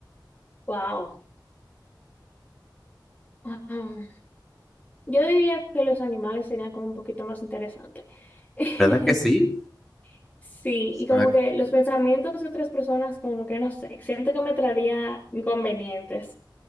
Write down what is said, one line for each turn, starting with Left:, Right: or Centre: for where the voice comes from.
Left: Wow. Um, yo diría que los animales serían como un poquito más interesantes. <laughs>
Centre: ¿Verdad que sí?
Left: Sí, y como
Centre: ¿Verdad que-
Left: que los pensamientos de otras personas, como que no sé, siento que me traería inconvenientes.